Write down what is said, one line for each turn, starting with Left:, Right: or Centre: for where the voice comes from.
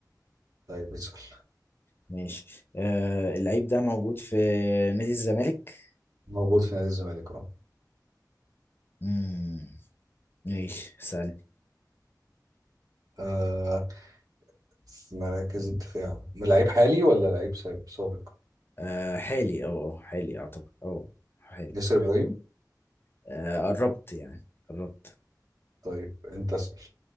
Right: طيب اسأل
Left: ماشي آه اللعيب ده موجود في نادي الزمالك
Right: موجود في نادي الزمالك اه
Left: مم. ماشي سألني
Right: آه، في مراكز الدفاع لعيب حالي ولا لعيب سا- سابق
Left: آه حالي اه حالي اعتقد اه حالي
Right: ياسر ابراهيم
Left: آه قربت يعني قربت
Right: طيب انت اسأل